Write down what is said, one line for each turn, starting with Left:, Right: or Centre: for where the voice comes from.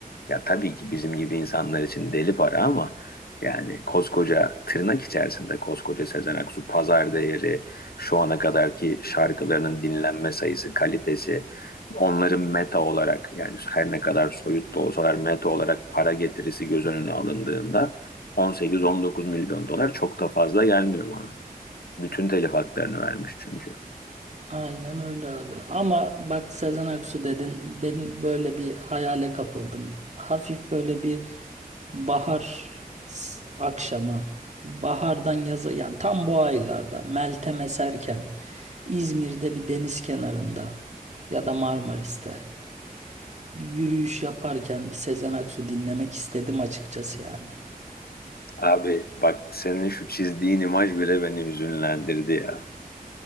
Left: Ya tabii ki bizim gibi insanlar için deli para ama yani koskoca tırnak içerisinde koskoca Sezen Aksu pazar değeri, şu ana kadarki şarkılarının dinlenme sayısı, kalitesi, onların meta olarak yani her ne kadar soyut da olsalar meta olarak para getirisi göz önüne alındığında 18-19 milyon dolar çok da fazla gelmiyor bana. Bütün telif haklarını vermiş çünkü.
Right: Aynen öyle abi. Ama bak Sezen Aksu dedin, ben böyle bir hayale kapıldım. Hafif böyle bir bahar s- akşamı bahardan yaza yani tam bu aylarda Meltem eserken İzmir'de bir deniz kenarında ya da Marmaris'te yürüyüş yaparken bir Sezen Aksu dinlemek istedim açıkçası yani.
Left: Abi bak senin şu çizdiğin imaj bile beni hüzünlendirdi ya.